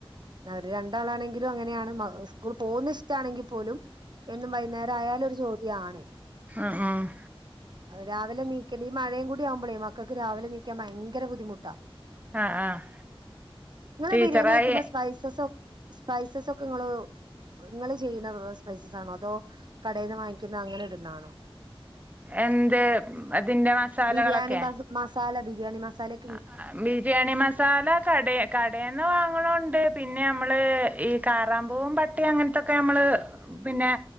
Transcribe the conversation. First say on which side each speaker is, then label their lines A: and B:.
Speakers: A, on the right; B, on the right.
A: ഓര് രണ്ടാളാണെങ്കിലും അങ്ങനെയാണ് മാഹ് സ്കൂള് പോവുന്നേ ഇഷ്ടാണെങ്കിൽ പോലും എന്നും വൈയ്ന്നേരായാലൊരു ചോദ്യാണ്
B: ആഹ് ആഹ്
A: രാവിലെ നീക്കല് ഈ മഴയും കൂടിയാവുമ്പളേയ് മക്കൾക്ക് രാവിലെ നീക്കാന് ഭയങ്കര ബുദ്ധിമുട്ടാ
B: ആഹ് ആഹ്
A: ഇങ്ങെള്
B: ടീച്ചറായി
A: ബിരിയാണി വെക്കുമ്പോ സ്പൈസസ് സ്പൈസസൊക്കെ ഇങ്ങള് നിങ്ങള് ചെയ്യ്ന്ന വേറെ സ്പൈസസണോ അതോ കടെന്ന് വാങ്ങിക്കുന്ന അങ്ങനെ ഇട്ണാണോ
B: എന്ത് ഉം അതിന്റെ മസാലകളൊക്കെ
A: ബിരിയാണി മസാല ബിര്യണി മസാലെയ്
B: ആഹ് ബിര്യണി മസാല കടെ കടെന്ന് വാങ്ങണുണ്ട് പിന്നെ നമ്മള് ഈ കാറാമ്പൂവും പടിം അങ്ങന് ത്തൊക്കെ നമ്മള് പിന്നെ